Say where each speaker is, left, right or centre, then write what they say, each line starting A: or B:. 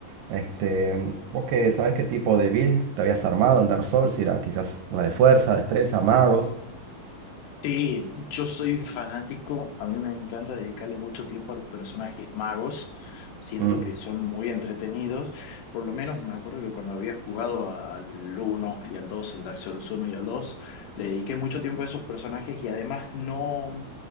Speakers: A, on the right; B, on the left.
A: Este, vos que sabés qué tipo de build te habías armado en Dark Souls, si era quizás una de fuerza, destreza, magos.
B: Sí, yo soy fanático, a mí me encanta dedicarle mucho tiempo a los personajes magos, siento
A: Mm,
B: que son muy entretenidos, por lo menos me acuerdo que cuando había jugado a- al uno y al dos el Dark Souls uno y al dos le dediqué mucho tiempo a esos personajes y además no,